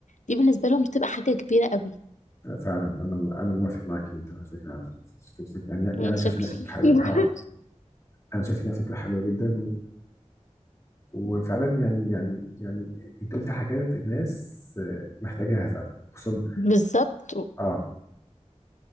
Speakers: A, on the left (about 85°); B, on the left (about 25°).
A: دي بالنسبه لهم بتبقى حاجه كبيره قوي
B: فعلا انا انا موافق معاك جدا على فكره في الفكره يعني
A: مم،
B: يعني
A: شكرا
B: شايف انها فكره حلوه
A: <laughs>
B: اه انا شايف انها فكره حلوه جدا وفعلا يعني يعني يعني انت قلت حاجات الناس آه، محتاجاها فعلا خصوصا
A: بالظبط
B: اه